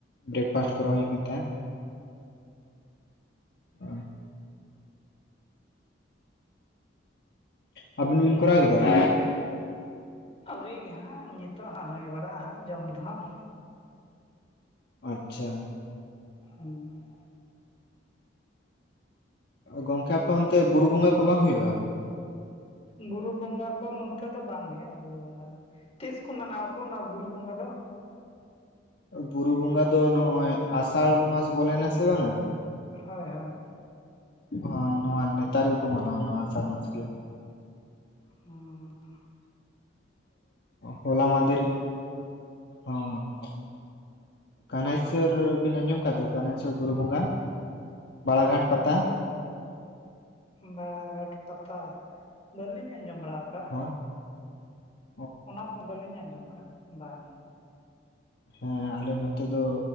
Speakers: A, on the left; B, on the left.
A: ᱵᱨᱮᱠᱯᱷᱟᱥᱴ ᱠᱚᱨᱟ ᱦᱩᱭ ᱠᱟᱱ ᱛᱟᱦᱮᱸᱫ ᱟᱨ ᱟᱵᱤᱱ ᱵᱤᱱ ᱠᱚᱨᱟᱣ ᱠᱟᱫᱟ?
B: ᱟᱹᱣᱨᱤ ᱜᱮ ᱦᱟᱸᱜ ᱱᱤᱛᱚᱜ ᱦᱟᱸᱜ ᱦᱩᱭ ᱵᱟᱲᱟᱜᱼᱟ ᱦᱟᱸᱜ ᱡᱚᱢ ᱫᱚ ᱦᱟᱸᱜ
A: ᱟᱪᱪᱷᱟ
B: ᱦᱩᱸ
A: ᱜᱚᱝᱠᱮ ᱟᱯᱮ ᱚᱱᱛᱮ ᱵᱩᱨᱩ ᱵᱚᱸᱜᱟ ᱠᱚ ᱵᱟᱝ ᱦᱩᱭᱩᱜᱼᱟ?
B: ᱵᱩᱨᱩ ᱵᱚᱸᱜᱟ ᱠᱚ ᱱᱛᱮ ᱫᱚ ᱵᱟᱝ ᱦᱩᱭᱩᱜᱼᱟ ᱵᱩᱨᱩ ᱵᱚᱸᱜᱟ ᱫᱚ ᱛᱤᱥ ᱠᱚ ᱢᱟᱱᱟᱣ ᱠᱚ ᱚᱱᱟ ᱵᱩᱨᱩ ᱵᱚᱸᱜᱟ ᱫᱚ?
A: ᱵᱩᱨᱩ ᱵᱚᱸᱜᱟ ᱫᱚ ᱱᱚᱜ-ᱚᱭ ᱟᱥᱟᱲ ᱢᱟᱥ ᱵᱚᱞᱚᱭ ᱮᱱᱟ ᱥᱮ ᱵᱟᱝ-ᱟ
B: ᱦᱳᱭ ᱦᱳᱭ
A: ᱦ ᱱᱚᱣᱟ ᱱᱮᱛᱟᱨ ᱠᱚ ᱢᱟᱱᱟᱣᱟ ᱟᱥᱟᱲ ᱢᱟᱥ ᱜᱮ ᱾
B: ᱟᱨ
A: ᱦᱚᱞᱟ ᱢᱟᱫᱷᱮᱨ ᱦᱚᱸ ᱠᱟᱱᱟᱭᱪᱚᱨ ᱵᱤᱱ ᱟᱸᱡᱚᱢ ᱟᱠᱟᱫ ᱫᱚ ᱠᱟᱱᱟᱭᱪᱚᱨ ᱵᱩᱨᱩ ᱵᱚᱸᱜᱟ᱾ ᱵᱟᱲᱟ ᱜᱷᱟᱴ ᱯᱟᱛᱟ᱾
B: ᱵᱟᱲᱟ ᱜᱷᱟᱴ ᱯᱟᱛᱟ ᱵᱟᱹᱞᱤᱧ ᱟᱸᱡᱚᱢ ᱵᱟᱲᱟ ᱟᱠᱟᱼᱟ᱾
A: ᱟᱨ <inaudible>
B: ᱚᱱᱟ ᱠᱚ ᱵᱟᱹᱞᱤᱧ ᱟᱸᱡᱚᱢ ᱟᱠᱟᱫ ᱵᱟᱝ᱾
A: ᱦᱮᱸ ᱟᱞᱮ ᱱᱚᱛᱮ ᱫᱚ᱾